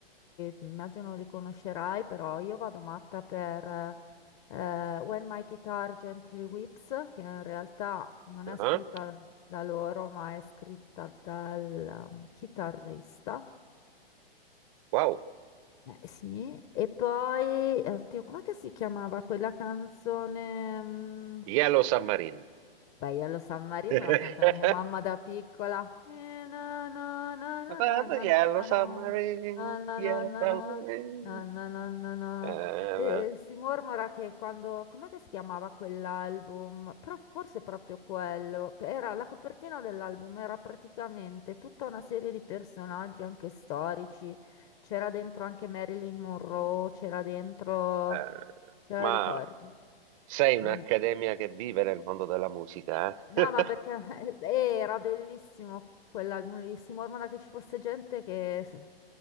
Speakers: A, on the left (about 35°); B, on the right (about 35°).
A: immagino li conoscerai, però io vado matta per eh, When My Guitar Gently Weeps, che in realtà non è scritta
B: Ah,
A: da loro, ma è scritta dal um, chitarrista.
B: Wow,
A: Eh, sì, e poi, eh, oddio, com'è che si chiamava quella canzone? mm,
B: Yellow Submarine.
A: Beh, io lo San Marino
B: <laughs>
A: me la cantava mia mamma da piccola. Eh, na, na, na, na,
B: Matata
A: na, na,
B: yellow
A: na,
B: submarine,
A: na, na, na,
B: yellow
A: na, na,
B: submarine.
A: na, na, na, na, na.
B: Eh,
A: E, eh, si mormora che quando... Com'è che si chiamava quell'album? Pro- forse proprio quello. Era la copertina dell'album, era praticamente tutta una serie di personaggi anche storici. C'era dentro anche Marilyn Monroe, c'era dentro...
B: eh,
A: Te
B: ma
A: la ricordi?
B: sei un'accademia
A: Mm.
B: che vive nel mondo della musica,
A: No,
B: eh?
A: ma perché <laughs> eh, era bellissimo quell'album lì, si mormora che ci fosse gente che se-